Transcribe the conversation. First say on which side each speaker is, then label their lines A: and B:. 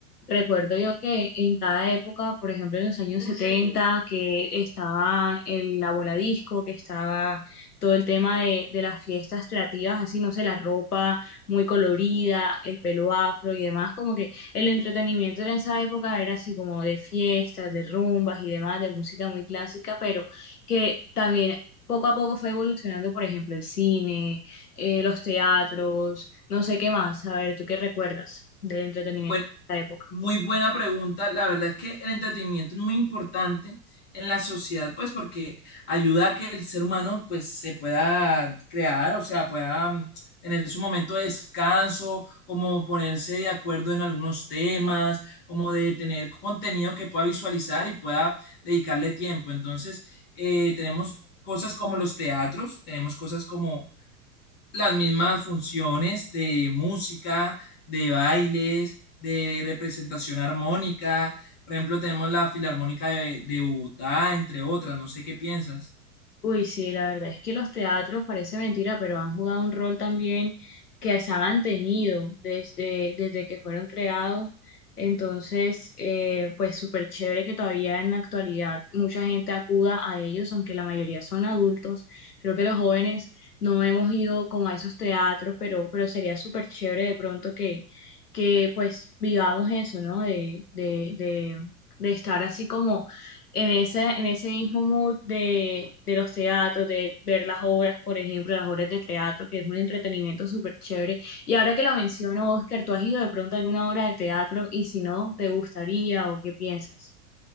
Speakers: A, on the left; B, on the left.
A: recuerdo yo que en cada época, por ejemplo, en los años <laughs> 70 que estaba el, la bola disco, que estaba todo el tema de, de las fiestas creativas, así, no sé, la ropa muy colorida, el pelo afro y demás, como el entretenimiento en esa época era así como de fiestas, de rumbas y demás, de música muy clásica, pero que también poco a poco fue evolucionando, por ejemplo, el cine, eh, los teatros, no sé qué más. A ver, ¿tú qué recuerdas del entretenimiento
B: Bueno,
A: de esa época?
B: Muy buena pregunta. La verdad es que el entretenimiento es muy importante en la sociedad, pues porque ayuda a que el ser humano pues se pueda crear, o sea, pueda mm, tener su momento de descanso, como ponerse de acuerdo en algunos temas, como de tener contenido que pueda visualizar y pueda dedicarle tiempo. Entonces, eh, tenemos cosas como los teatros, tenemos cosas como las mismas funciones de música, de bailes, de representación armónica. Por ejemplo, tenemos la Filarmónica de, de Bogotá, entre otras. No sé qué piensas.
A: Uy, sí, la verdad es que los teatros, parece mentira, pero han jugado un rol también que se ha mantenido desde, desde que fueron creados. Entonces, eh, pues súper chévere que todavía en la actualidad mucha gente acuda a ellos, aunque la mayoría son adultos. Creo que los jóvenes no hemos ido como a esos teatros, pero, pero sería súper chévere de pronto que, que pues vivamos eso, ¿no? De, de, de, de estar así como en, esa, en ese mismo mood de, de los teatros, de ver las obras, por ejemplo, las obras de teatro, que es un entretenimiento súper chévere. Y ahora que lo menciono, Oscar, ¿tú has ido de pronto a alguna obra de teatro? Y si no, ¿te gustaría o qué piensas?